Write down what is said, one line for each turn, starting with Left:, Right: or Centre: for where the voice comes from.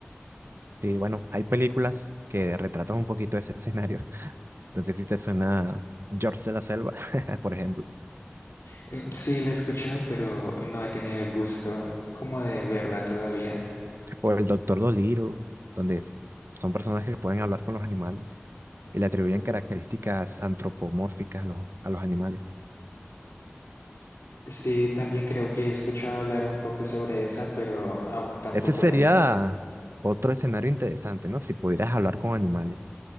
Right: Sí, bueno, hay películas que retratan un poquito ese escenario. <laughs> Entonces, si te suena George de la Selva, <laughs> por ejemplo.
Left: Mm, Sí, la he escuchado, pero no he tenido el gusto como de verla todavía.
Right: O el Doctor Dolittle, donde es- son personas que pueden hablar con los animales y le atribuyen características antropomórficas a los, a los animales.
Left: Sí, también creo que he escuchado hablar un poco sobre esa, pero aún tampoco
Right: Ese sería
Left: la he visto.
Right: otro escenario interesante, ¿no? Si pudieras hablar con animales,